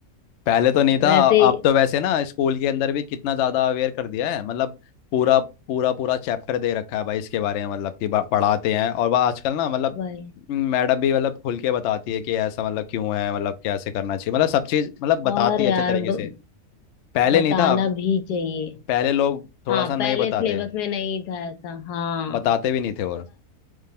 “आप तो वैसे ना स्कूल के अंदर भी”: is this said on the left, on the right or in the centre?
Left